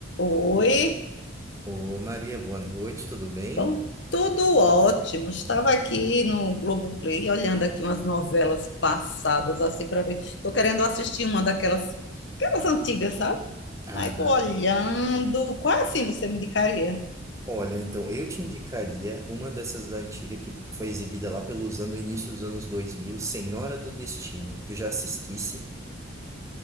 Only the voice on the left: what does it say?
Oi,
bom, tudo ótimo. Estava aqui no Globoplay olhando aqui umas novelas passadas assim para ver. Estou querendo assistir uma daquelas, aquelas antigas, sabe?
Aí estou olhando. Qual assim você me indicaria?